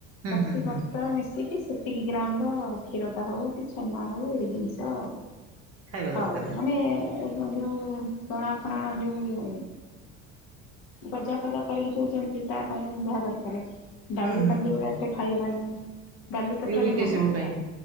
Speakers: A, on the right; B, on the left.
A: ହୁଁ
B: ପ୍ରତିବ୍ରତାର
A: ହୁଁ ହୁଁ
B: ମିଶିକି ସେତିକି ଗ୍ରାମ୍। ଅ କ୍ଷୀର ଟା ହଉ କି ଛେନା ହଉ, ଏଇ ଜିନିଷ
A: ଖାଇବା
B: ହଉ,
A: ଦରକାର
B: ମାନେ-ଏ ଏଇତ ଯୋଉ ପଣା ଫଣା ଯୋଉ-ଉ ଗଜା ଫଜା କରିକି ଦଉ ଯେମିତି ତା ପାଇଁ ଯାହା ଦରକାରେ। ଡାଲି,
A: ହୁଁ ହୁଁ
B: ପାଲି
A: ହୁଁ
B: ଗୁଡା ଏତେ ଖାଇବନି। ଡାଲି ଟୋଟାଲି
A: ୟୁରିକ
B: ମନା।
A: ଏସିଡ ପାଇଁ